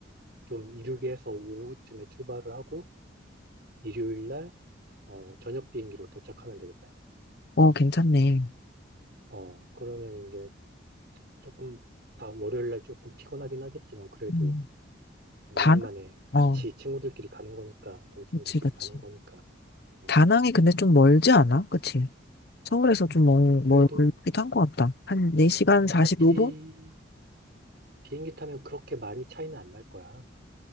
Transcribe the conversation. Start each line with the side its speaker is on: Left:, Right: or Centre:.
Right: 좀 이르게 해서 오후쯤에 출발을 하고 일요일 날, 어, 저녁 비행기로 도착하면 되겠다.
Left: 어, 괜찮네.
Right: 어, 그러면 이제 조금 다 월요일 날 조금 피곤하긴 하겠지만 그래도
Left: 음.
Right: 오랜만에
Left: 다낭?
Right: 같이
Left: 어,
Right: 친구들끼리 가는 거니까, 동생들끼리
Left: 그치, 그치.
Right: 가는 거니까. 어,
Left: 다낭이 근데 좀 멀지 않아? 그치? 서울에서 좀 멀,
Right: 그래도
Left: 멀기도 한 것 같다. 한 4시간
Right: 어차피
Left: 45분?
Right: 비행기 타면 그렇게 많이 차이는 안 날 거야.